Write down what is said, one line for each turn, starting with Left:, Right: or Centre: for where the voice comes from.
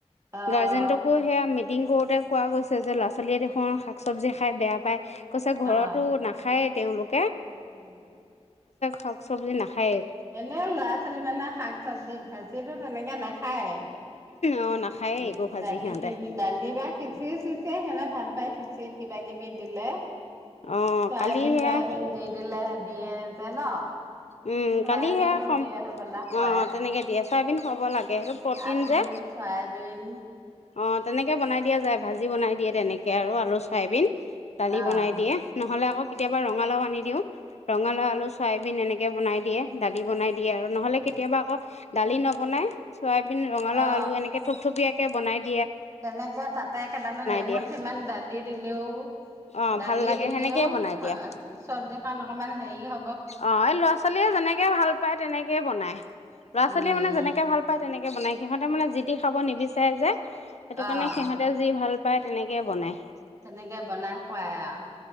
Right: অ'
Left: গাৰ্জেনটকো সেয়া ম টিং কৰোতে কোৱা গৈছে যে ল'ৰা ছোৱালীয়ে দেখোন শাক চব্জি খাই বেয়া পায় কৈছে ঘৰতো
Right: অ'
Left: নেখায় তেওঁলোক
Right: উম
Left: শাক চবজি নাখায়েই
Right: এনেও ল'ৰা ছোৱালী মানে শাক চবজি ভাজিলো তেনেকে নেখায়
Left: অঁ নাখায়েই
Right: খাই
Left: একো ভাজি
Right: দালি
Left: সিহঁতে
Right: খিনি দালি বা খিচি চিচিৰি সেক ভাল পাই খিচিৰিত কিবা পিটিকি দিলে
Left: অঁ
Right: চয়াবিন
Left: কালি সেয়া
Right: ট্ৰাইবিন দিলে হে দিয়ে যে ন
Left: উম
Right: চয়াবিনো
Left: কালি সেয়া
Right: দিয়ে হবলা খুৱাই।
Left: অ তেনেকে দিয়ে চয়াবিন খোব লাগে সেইটো প্ৰটিন
Right: আলু
Left: যে
Right: চয়াবিন
Left: অ তেনেকে বনাই দিয়া যায় ভাজি বনাই দিয়ে তেনেকে আৰু আলু চয়াবিন দালি
Right: আহ
Left: বনাই দিয়ে নহলে আক কেতিয়াবা ৰঙালাও আনি দিওঁ ৰঙালাও আলু চয়াবি সিয়ে বনাই দিয়ে দালি দালি বনাই দিয়ে আৰু নহ'লে কেতিয়াবা আকৌ দালি নবনায় চয়াবিন ৰঙালাও
Right: অ
Left: আলু এনেকে থুপথুপিয়াকে বনাই ।
Right: তেনেকে তাতে কেইটামান এমুঠ
Left: দিয়ে
Right: ইমান দালি দিলেও
Left: অ',
Right: দালি
Left: ভাল লাগে
Right: দিলেও
Left: সেনেকেই বনাই দিয়ে
Right: চবজিখন অকমান হেৰি হ
Left: অ এই ল'ৰা ছোৱালীয়ে যেনেকে ভাল পায় তেনেকে বনাই ল'ৰা ছোৱালীয়ে
Right: উম
Left: মানে যেনেকে ভাল পায় তেনেকে বনায় সিহঁতে মানে যি সি খাব নিবিচাৰে যে সেইটো
Right: অ
Left: কাৰণে সিহঁতে যি ভাল । প্ৰায় তেনেকে বনাই ।
Right: তেনেকে বনাই খুৱাই আও